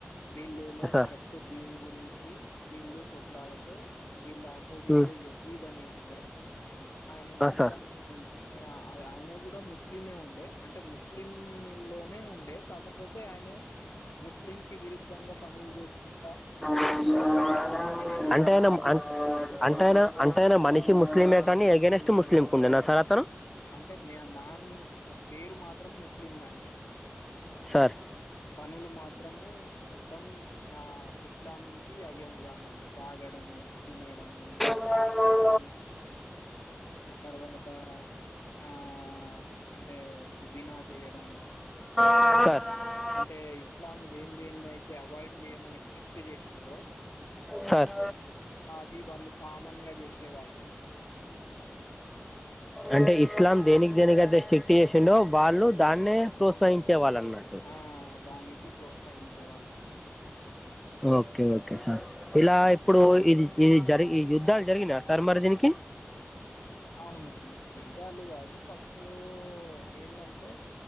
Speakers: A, on the left; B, in the centre.
A: వీళ్ళ ఏమో
B: ఆ, సార్
A: కరెక్ట్ దీని గురి వచ్చి వీళ్ళు కొట్లాడితే వీళ్ళ ఆపోజిట్
B: ఉమ్,
A: లో ఎయసీద్ అని ఉండే ఆయన
B: ఆ,
A: మొత్తం
B: సార్
A: ఇగ అ ఆయన కూడా ముస్లిమే ఉండే అంటే ముస్లిం లోనే ఉండే కాకపోతే ఆయనే ముస్లింకి విరుద్ధంగా పనులు చేసుకుంటా
B: ఉ
A: అవి చేసుకుంటా
B: అంటేయన
A: ఉ
B: అన్ అంటాయనా అన్ ఎంతయినా మనిషి ముస్లిమే కానీ అగేన్స్ట్ ముస్లింకు ఉండినా సార్ అతను
A: అంటే మీ నాన్న పేరు మాత్రం ముస్లిం దండి
B: సార్
A: పనులు మాత్రము మొత్తం ఆ ఇస్లాం కి అగేన్స్ట్ గా అన్నట్టు తాగడం. ము తినడము
B: బా
A: ఆ ఆ తర్వాత ఆ అంటే దినా చేయడము
B: సార్
A: అంటే ఇస్లాం దేని దేని అయితే అవాయిడ్ చేయమని స్ట్రిక్ట్ చేసిందో
B: సార్
A: ది వాళ్ళు కామన్ గా చేసే వాళ్ళు
B: అంటే ఇస్లాం దేనికి దేనికి అయితే స్ట్రిక్ట్ చేసిండో వాళ్ళు దాన్నే ప్రోత్సహించే వాళ్ళన్నట్టు
A: ఆ దానికి ప్రోత్సహించే వాళ్ళ
B: ఓకే ఓకే సార్ ఇలా ఇప్పుడు ఇది ఇది జరిగి ఈ యుద్ధాలు జరిగినా సార్ మరి దీనికి
A: అవునండి యుద్ధాలు కాదు ఫస్ట్ ఏందంటే